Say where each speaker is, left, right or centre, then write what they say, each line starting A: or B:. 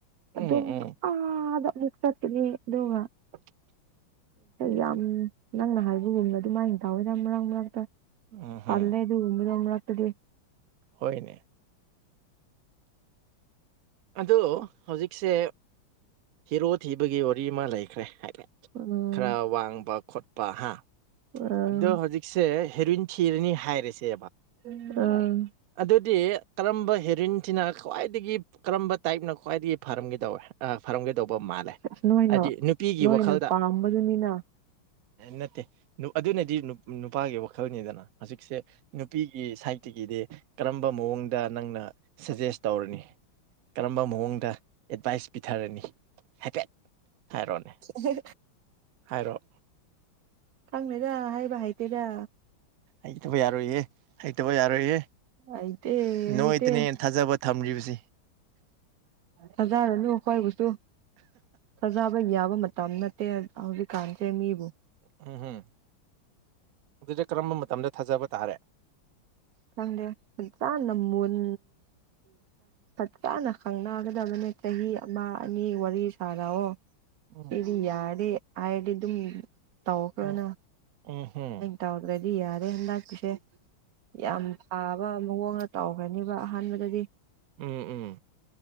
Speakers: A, on the right; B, on the right.
A: ꯎꯝ
B: ꯑꯗꯨꯝ
A: ꯎꯝ
B: ꯑ ꯑꯗ ꯃꯤꯠ ꯆꯠꯀꯅꯤ ꯑꯗꯨꯒꯕ
A: <inaudible>
B: ꯌꯥꯝ ꯅꯪꯅ ꯍꯥꯏꯕꯒꯨꯝꯅ ꯑꯗꯨꯃꯥꯏꯅ ꯇꯧꯋꯦ ꯌꯥꯝ ꯃꯔꯛ ꯃꯔꯛꯇ
A: ꯎꯝ
B: ꯄꯜꯦ
A: ꯎꯝ
B: ꯑꯗꯨ ꯎꯃꯤꯗꯝ ꯃꯠꯇꯗꯤ
A: ꯍꯣꯏꯅꯦ ꯑ ꯍꯧꯖꯤꯛꯁꯦ ꯍꯤꯔꯣ ꯊꯤꯕꯒꯤ ꯋꯥꯔꯤ ꯑꯃ ꯂꯩꯈ꯭ꯔꯦ ꯍꯥꯏꯗꯤ
B: ꯎꯝ
A: ꯈꯔ ꯋꯥꯡꯕ ꯈꯣꯠꯄ ꯍꯥ
B: ꯎꯝ
A: ꯑꯣ ꯍꯧꯖꯤꯛ ꯁꯦ ꯍꯦꯔꯣꯏꯏꯟ ꯊꯤꯔꯅꯤ ꯍꯥꯏꯔꯤꯁꯦꯕ
B: ꯎꯝ
A: ꯑꯗꯨꯗꯤ ꯀꯔꯝꯕ ꯍꯦꯔꯣꯏꯟꯁꯤꯅ ꯈ꯭ꯋꯥꯏꯗꯒꯤ ꯀꯔꯝꯕ ꯇꯥꯏꯞꯅ ꯈ꯭ꯋꯥꯏꯗꯒꯤ ꯐꯥꯔꯝꯒꯦ ꯇꯧꯋꯦ ꯐꯔꯝꯒꯗꯧꯕ ꯃꯥꯜꯂꯦ
B: ꯑꯁ ꯅꯣꯏꯅ
A: ꯍꯥꯏꯗꯤ ꯅꯨꯄꯤꯒꯤ
B: ꯅꯣꯏꯅ
A: ꯋꯥꯈꯜꯗ
B: ꯄꯥꯝꯕꯗꯨꯅꯤꯅ
A: ꯅꯠꯇꯦ ꯑꯗꯨꯅꯗꯤ ꯅꯨꯄꯥꯒꯤ ꯋꯥꯈꯜꯅꯤꯗꯅ ꯍꯧꯖꯤꯛꯁꯦ ꯅꯨꯄꯤꯒꯤ ꯁꯥꯏꯠꯇꯒꯤꯗꯤ ꯀꯔꯝꯕ ꯃꯑꯣꯡꯗ ꯅꯪꯅ ꯁꯖꯦꯁ ꯇꯧꯔꯅꯤ ꯀꯔꯝꯕ ꯃꯑꯣꯡꯗ ꯑꯦꯠꯚꯥꯏꯁ ꯄꯤꯊꯔꯅꯤ ꯍꯥꯏꯐꯦꯠ ꯍꯥꯏꯔꯣꯅꯦ
B: ꯍ
A: ꯍꯥꯏꯔꯣ
B: ꯊꯪꯅꯗ ꯍꯥꯏꯕ ꯍꯥꯏꯩꯇꯦꯗ
A: ꯍꯩꯇꯕ ꯌꯥꯔꯣꯏꯌꯦꯦ ꯍꯩꯇꯕ ꯌꯥꯔꯣꯏꯌꯦ
B: ꯍꯩꯇꯦ
A: ꯅꯣꯏꯇꯅꯦꯅ
B: ꯍꯩꯇꯦ
A: ꯊꯥꯖꯕ ꯊꯝꯔꯤꯕꯁꯤ
B: ꯍꯖꯥ ꯍꯅꯤꯈꯣꯏ ꯨ ꯊꯥꯖꯕ ꯌꯥꯕ ꯃꯇꯝ ꯅꯠꯇꯦ ꯍꯧꯖꯤꯛꯀꯥꯟꯁꯦ ꯃꯤꯕꯨ
A: ꯎꯝ ꯎꯝ ꯑꯗꯨꯗ ꯀꯔꯝꯕ ꯃꯇꯝꯗ ꯊꯥꯖꯕ ꯇꯥꯔꯦ
B: ꯀꯗꯦ ꯅꯝꯟ ꯐꯠ ꯆꯥꯅ ꯈꯪꯅꯒꯗꯕꯅꯦ ꯆꯍꯤ ꯑꯃ ꯑꯅꯤ ꯋꯥꯔꯤ ꯁꯥꯔꯛꯑꯣ
A: ꯎꯝ
B: ꯁꯤꯗꯤ ꯌꯥꯔꯦ ꯍꯥꯏꯔꯗꯤ ꯑꯗꯨꯝ ꯇꯧꯈ꯭ꯔꯅ
A: ꯎꯝ ꯎꯝ ꯍꯝ
B: ꯇꯥꯎꯗ꯭ꯔꯗꯤ ꯌꯥꯔꯦ ꯍꯟꯗꯛꯀꯤꯁꯦ ꯌꯥꯝ ꯇꯥꯕ ꯃꯑꯣꯡꯗ ꯇꯧꯈ꯭ꯔꯅꯦꯕ ꯑꯍꯥꯟꯕꯗꯗꯤ
A: ꯎꯝ ꯎꯝ